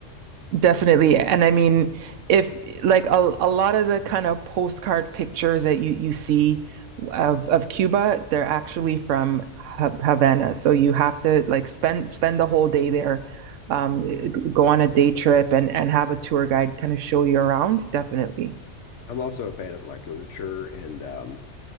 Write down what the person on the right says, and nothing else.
Definitely. And I mean, if like a, a lot of the kind of postcard pictures that you, you see of, of Cuba, they're actually from Ha- Havana. So you have to like spend spend the whole day there, um,
g- go on a day trip and, and have a tour guide kind of show you around. Definitely.